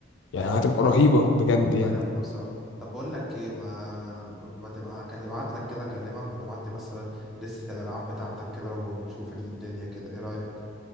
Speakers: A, on the left; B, in the centre.
A: يعني
B: أيوه
A: هتبقى رهيبه بجد
B: تبقى
A: يعني
B: جامدة بصراحة طب بقول لك ايه ما ما تبقى اكلم ابعت لك كده اكلمك وتبعت لي مثلا لستة الالعاب بتاعتك كده ونشوف الدنيا كده ايه رأيك